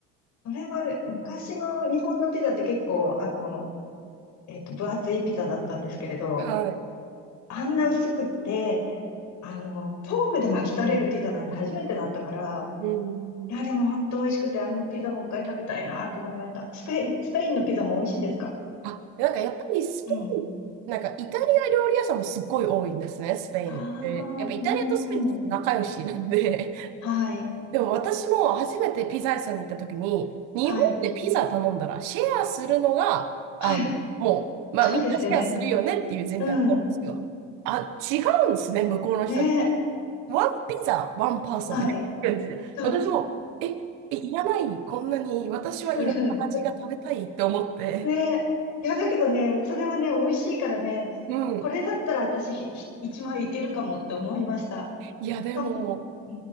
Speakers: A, on the left; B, on the right.
A: それまで、昔の日本のピザって結構、あの、えっと、分厚いピザだったんですけれど、
B: はい。
A: あんな薄くって、あの、フォークで巻き取れるピザなんて初めてだったから、
B: うん。
A: いや、でも本当美味しくて、あのピザもう一回食べたいなと思いました。スペイン、スペインのピザも美味しいですか
B: あ、なんかやっぱりスペイン、
A: うん。
B: なんかイタリア料理屋さんもすっごい多いんですね、スペインって。
A: あ
B: やっぱイタリアとスペインって仲良しなんで、
A: あ、うーん。はい。
B: でも私も初めてピザ屋さんに行った時に、日本でピザ頼んだらシェアするのが、
A: はい。
B: あの、
A: はい。
B: もう、まあみんなシェアするよねっていう前提なんですよ。
A: そうですよね。うん。
B: あ、違うんですね、向こうの人。
A: ね。
B: ワンピザ、ワンパーソンみたいな感じで。
A: はい。そう。
B: 私も、え、えいらない、こんなに、私はいろんな味が食べたいって思って。
A: <laughs> ね。いや、だけどね、それはね、美味しいからね、
B: うん。
A: これだったら私ひ、ひ一枚いけるかもって思いました。
B: いや、でも、
A: 多分う